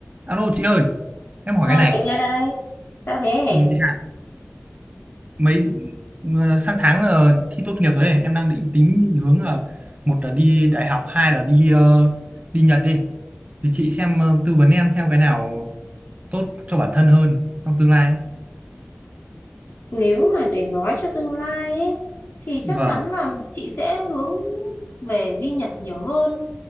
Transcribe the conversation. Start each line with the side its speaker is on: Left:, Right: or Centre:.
Right: Alo chị ơi, em hỏi
Left: Ờ
Right: cái này.
Left: chị nghe đây, đã thế
Right: Ừ, dạ, Mấy ừ, sang tháng là thi tốt nghiệp rồi ấy. Em đang định tính định hướng là một là đi đại học, hai là đi ờ, đi Nhật đi. Thì chị xem ờ, tư vấn em theo cái nào tốt cho bản thân hơn trong tương lai.
Left: nếu mà để nói cho tương lai ấy thì chắc
Right: Vâng,
Left: chắn là chị sẽ hướng về đi Nhật nhiều hơn